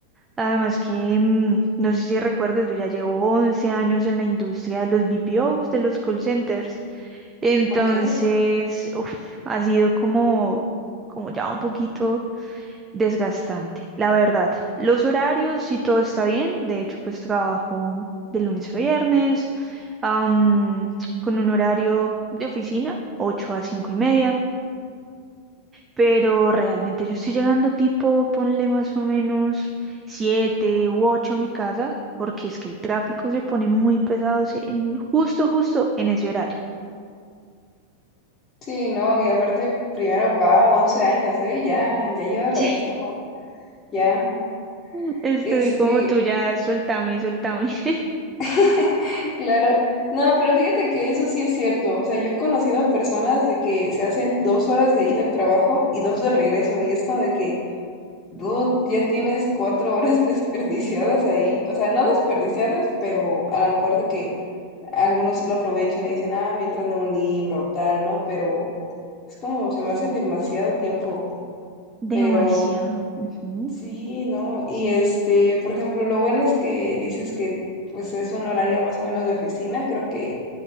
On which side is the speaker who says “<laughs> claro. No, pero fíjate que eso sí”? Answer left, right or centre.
Left